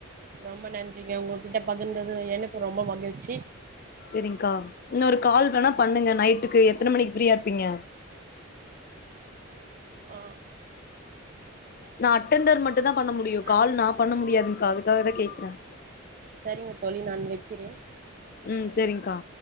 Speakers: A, on the right; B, on the left.
A: ரொம்ப நன்றிங்க ஒங்ககிட்ட பகிர்ந்தது எனக்கு ரொம்ப மகிழ்ச்சி
B: செரிங்க்கா இன்னொரு ஒரு கால் வேணா பண்ணுங்க நைட்டுக்கு எத்தன மணிக்கு ஃப்ரீயா இருப்பீங்க
A: ஆ
B: நா அட்டண்டர் மட்டுந்தா பண்ண முடியு,
A: நான்
B: கால் நா பண்ண முடியாதுங்க்கா அதுக்காகதா கேக்ற
A: சரிங்க தோழி நான் வைக்கிறேன்
B: ம் சேரிங்க்கா